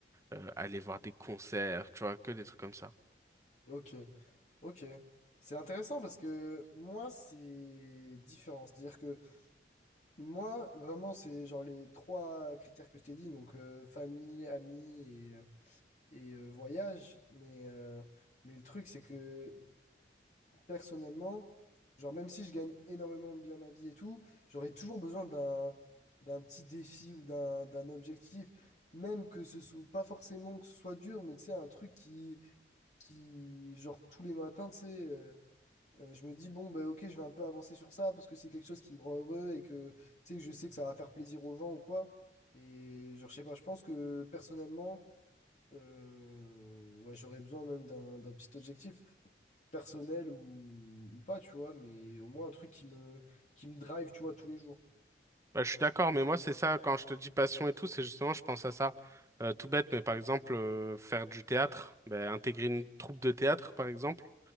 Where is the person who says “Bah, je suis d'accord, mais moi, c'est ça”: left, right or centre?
Right